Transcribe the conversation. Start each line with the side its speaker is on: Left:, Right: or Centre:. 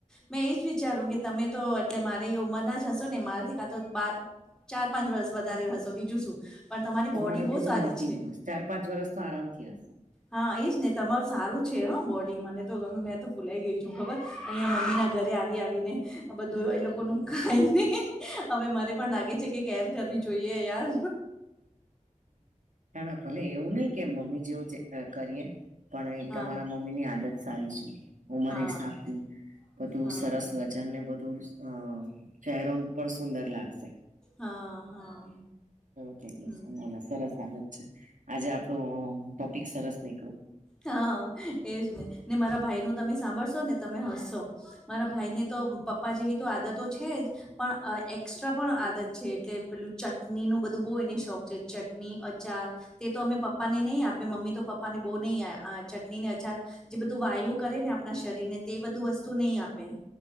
Centre: મેં એજ વિચારું કે તમે તો એટલે મારે ઉંમર ના જ હશો ને મારાથી કા તો બાર ચાર પાંચ વર્ષ વધારે હશે. તો બીજું શું પણ તમારી
Right: તમારાથી
Centre: બોડી બહુ
Right: તો
Centre: સારી
Right: મોટી
Centre: છે.
Right: હશ ચાર પાંચ વર્ષ તો આરામ થી હશે.
Centre: હા એજ ને તમારું સારું છે. હ બોડી મને તો ગમે મેં તો. ફુલાઈ ગઈ છું. ખબર અહીંયા મમ્મી ના ઘરે આવી આવીને. બધું એ લોકો ન ખાયને હવે મરે પણ લાગે છે. કે કેર કરવી જોઈએ યાર.
Right: ના ના ભલે એવું નહીં કે મમ્મી જેવું છે. કરીએ પણ
Centre: હા
Right: તમારા મમ્મી ની આદત સારી છે. ઉમર
Centre: હા
Right: હિસાબ
Centre: હા
Right: થી બધું
Centre: હા
Right: સરસ વજન ને બધું અ ચહેરો પણ સુંદર લાગે સે
Centre: હા હા
Right: ઠીક છે.
Centre: હમ
Right: મને સરસ સ્વાગત છે. આજે આપણો ટોપિક સરસ નીકળ્યો.
Centre: હા એજને ને મારા ભાઈનું તમે સાંભળશો ને તમે હસશો. મારા ભાઈ ને તો પપ્પા જેવી તો આદતો છે. જ. પણ અ એક્સ્ટ્રા પણ આદત છે. એટલે પેલું ચટણીનું બધું બહુ એની શોખ છે. ચટણી, અચાર તે તો અમે પપ્પાને નહીં આપે મમ્મી તો પપ્પાને બોહ નહીં આપે. આ ચટણી ને અચાર જે બધું વાયુ કરે ને આપણા શરીર ને તે બધું વસ્તુ નહી આપે.